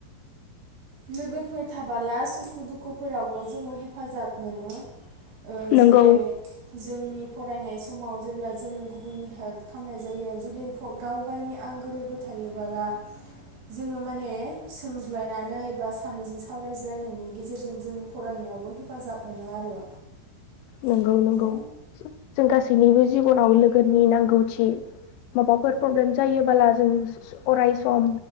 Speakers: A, on the right; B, on the left.
A: लोगोफोर थाबाला सुखु दुखुफोरावबो जोङो हेफाजाब मोनो। ओ जेरै
B: नंगौ
A: जोंनि फरायनाय समाव जेब्ला जोंनो गुबुननि हेल्प खालामनाय जायो जुदि गाव गावनि आंगो लोगो थायोबाला जोङो माने सोंज्लायनानै बा सानैजों सावरायज्लायनायनि गेजेरजों जों फरायनायावबो हेफाजाब मोनो आरो
B: नंगौ
A: थ' बेनो
B: नंगौ जों गासैनिबो जिबनाव लोगोनि नांगौथि। माबाफोर प्रब्लेम जायोबाला जों अराय सम